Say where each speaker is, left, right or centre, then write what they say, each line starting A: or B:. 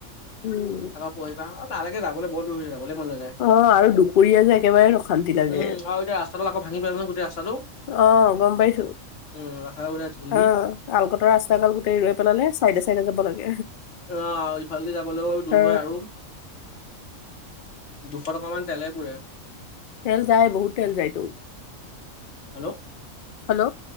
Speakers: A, on the left; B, on the left.
A: উম।
B: পঢিবা অ তালৈকে যাবলৈ বহুত দূৰ হৈ যায়, যাবলৈ মন নযায়।
A: অ আৰু দুপৰীয়া যে একেবাৰে অশান্তি লাগে।
B: উম আৰু এতিয়া ৰাস্তাডাল আকৌ ভাঙি পেলালে নহয় গোটেই ৰাস্তাটো
A: অ গম পাইছো।
B: <unintelligible>
A: অ আলকটৰা ৰাস্তা ডাল গোটেই ৰৈ পেলালে চাইডে চাইডে যাব লাগে
B: অহ ইফালেদি যাবলৈও দূৰ
A: অ
B: হয় আৰু দুশ টকামান তেলে পুৰে।
A: তেল যায় বহুত তেল যায়তো।
B: হেল্ল'
A: হেল্ল'